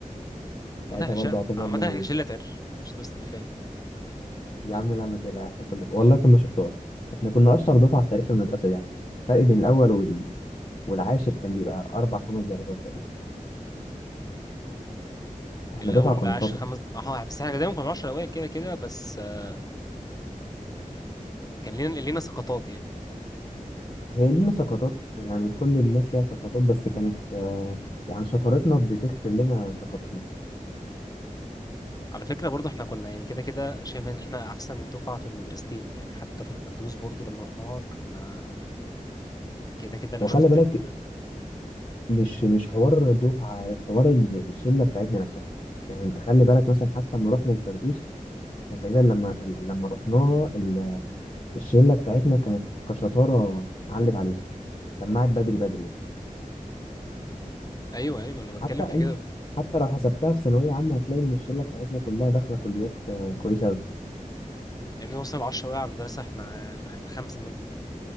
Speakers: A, on the left (about 25°); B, on the left (about 40°).
A: عامة
B: ساعتها
A: احنا شقة
B: برضه اعتذر
A: عامة
B: له
A: احنا شلة عر عشان بس تبقى فاهم
B: يا عم لا ما تقلق احنا كنا والله كنا شطار احنا كنا اشطر دفعه في تاريخ المدرسه دي على فكره الفرق بين الاول والعاشر كان بيبقى أربع خمس درجات تقريبا احنا
A: الاول
B: دفعة
A: والعاشر
B: كنا شاطرة
A: خمس اه بس احنا دايما كنا 10 الاوائل كده كده بس آه، كان لينا لينا سقطات يعني
B: هي لينا سقطات يعني كل الناس ليها سقطات بس كانت آه، يعني شطارتنا بتغفر لنا سقطاتنا
A: على فكرة برضو احنا كنا يعني كده كده شايف ان احنا احسن دفعة في المدرستين يعني حتى في الفردوس برضو لما رحناها كنا كده كده لو
B: وخلي
A: شفت
B: بالك
A: ال...
B: مش مش حوار الدفعة حوار ال- الشلة بتاعتنا نفسها يعني انت خلي بالك مثلا حتى لما رحنا الفردوس احنا تقريبا لما لما رحناها ال- الشلة بتاعتنا كانت كشطارة علت عليهم سمعت بدري بدري يعني
A: ايوه ايوه انا بتكلم
B: حتى انت
A: في كده
B: حتى لو حسبتها في ثانوية عامة هتلاقي إن الشلة بتاعتنا كلها داخلة كليات آه، كويسة أوي
A: يعني وصل 10 بقى على المدرسة احنا احنا خمسة منهم